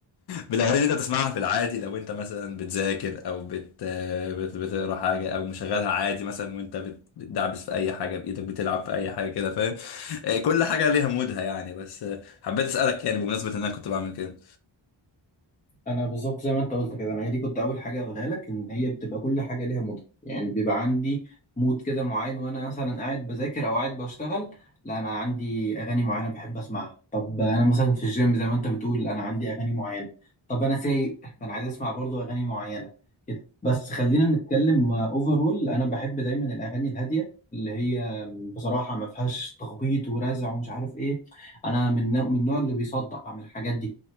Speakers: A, on the left; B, on the left.
A: بالاغاني اللي انت بتسمعها في العادي لو انت مثلا بتذاكر او بت... آه، بت... بتقرا حاجه او مشغلها عادي مثلا وانت بت... بتدعبس في اي حاجه بايدك بتلعب في اي حاجه كده فاهم آه، كل حاجه ليها مودها يعني بس آه، حبيت اسالك يعني بمناسبه ان انا كنت بعمل كده
B: انا بالظبط زي ما انت قلت كده انا هي دي كنت اول حاجه اقولها لك ان هي بتبقى كل حاجه ليها مود يعني بيبقى عندي مود كده معين وانا مثلا قاعد بذاكر او قاعد بشتغل لا انا عندي اغاني معينه بحب اسمعها طب انا مثلا في الجيم زي ما انت بتقول انا عندي اغاني معينه طب انا سايق فانا عايز اسمع برضو اغاني معينه كده بس خلينا نتكلم اوفرول انا بحب دايما الاغاني الهاديه اللي هي بصراحه ما فيهاش تخبيط ورزع ومش عارف ايه انا من النوع- من النوع اللي بيصدع من الحاجات دي